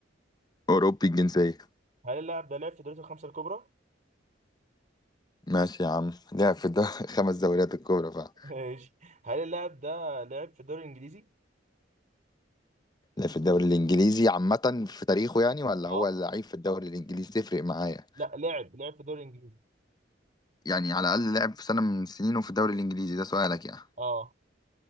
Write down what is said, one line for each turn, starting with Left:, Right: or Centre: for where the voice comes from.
Left: اوروبي الجنسيه
Right: هل اللاعب ده لعب في دوري الخمسة الكبرى؟
Left: ماشي يا عم لعب في الدوري <laughs> خمس دوريات الكبرى فعلا
Right: <laughs> ماشي هل اللاعب ده لعب في الدوري الإنجليزي؟
Left: لعب في الدوري الانجليزي عامه في تاريخه يعني ولا
Right: اه
Left: هو لعيب في الدوري الانجليزي تفرق معايا
Right: لا لعب لعب في الدوري الإنجليزي
Left: يعني على الاقل لعب في سنه من سنينه في الدوري الانجليزي ده سؤالك يعني
Right: اه